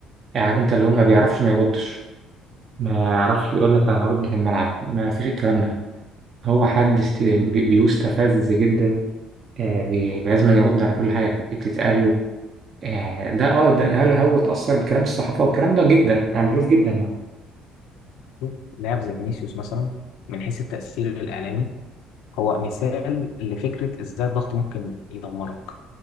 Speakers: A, on the right; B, on the left.
A: يعني عارف انت اللي هو ما بيعرفش ما يردش ما يعرفش يقول لك انا هرد في الملعب ما فيش الكلام ده هو حد است- بي- بيستفز جدا آه، بي- لازم يرد على كل حاجة بتتقال له آه، ده اه ده هل هو اتأثر بكلام الصحافة والكلام ده جدا أنا بشوف جدا يعني
B: شوف لاعب زي فينيسيوس مثلا من حيث التأثير الإعلامي هو مثال لفكرة ازاي الضغط ممكن يدمرك